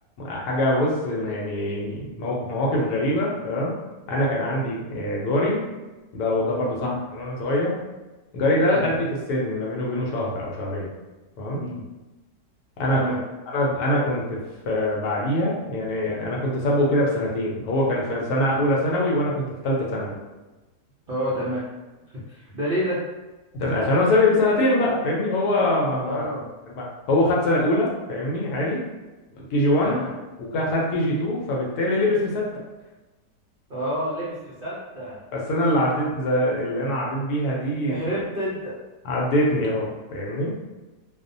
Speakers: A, on the left; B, on the right.
A: حاجه بص ما يعني يعني موق- مواقف غريبه تمام انا كان عندي آه، جاري ده وده برضو صاحبي
B: مم.
A: من وانا صغير جاري ده
B: مم.
A: قدي في السن ما بينه وبينه شهر او شهرين تمام
B: مم.
A: انا
B: تمام
A: كنت انا انا كنت في بعديها يعني يعني انا كنت سابقه كده بسنتين هو كان في سنه اولى ثانوي وانا كنت في ثالثه ثانوي
B: اه تمام ده ليه ده
A: عشان عشان انا سابق بسنتين بقى فاهمني هو ما ما
B: اه
A: ما- هو خد سنه اولى فاهمني عادي كي جي 1
B: تمام
A: وخد كي جي 2 فبالتالي لبس في سته
B: اه لبس في سته
A: بس انا اللي عديت زي اللي انا عديت بيها دي
B: هربت
A: زي-
B: انت
A: عدتني اه فاهمني